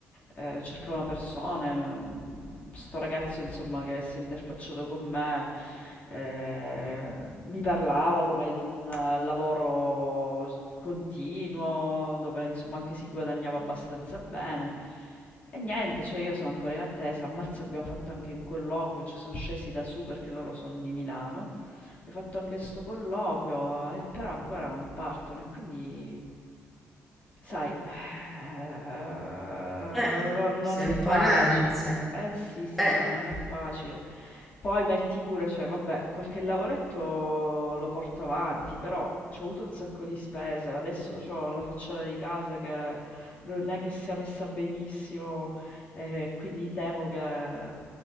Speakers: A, on the left; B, in the centre.
A: eh, cercavano persone. mm, Sto ragazzo, insomma, che si è interfacciato con me, eh, mi parlava come di un eh, lavoro s- continuo, dove, insomma, anche si guadagnava abbastanza bene. E niente, cioè io sono ancora in attesa. A marzo abbiamo fatto anche un colloquio, ci sono scesi da su perché loro sono di Milano. Abbiamo fatto anche sto colloquio, eh, però ancora non partono e quindi, sai, eh,
B: Eh,
A: no- non
B: sei
A: è È
B: un
A: vero.
B: po'
A: facile.
B: in ansia.
A: Eh sì, sì,
B: Eh,
A: non è facile. Poi metti pure, cioè, vabbè, qualche lavoretto lo porto avanti, però ci ho avuto un sacco di spese. Adesso ho la facciata di casa che non è che sia messa benissimo, e quindi temo che